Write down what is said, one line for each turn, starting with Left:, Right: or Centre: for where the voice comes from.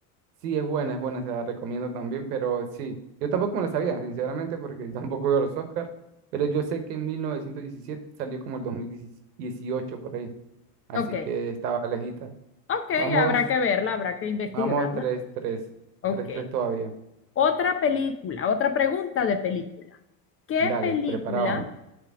Right: Sí, es buena, es buena, se la recomiendo también, pero sí, yo tampoco me la sabía, sinceramente, porque <laughs> tampoco veo los Oscars, pero yo sé que en 1917 salió como el dos mil dieciocho por ahí, así
Left: Ok,
Right: que estaba lejita.
Left: ok,
Right: Vamos,
Left: habrá que verla, habrá que investigarla.
Right: vamos, tres tres
Left: Ok.
Right: tres tres todavía.
Left: Otra película, otra pregunta de película. ¿Qué
Right: Dale,
Left: película,
Right: preparado.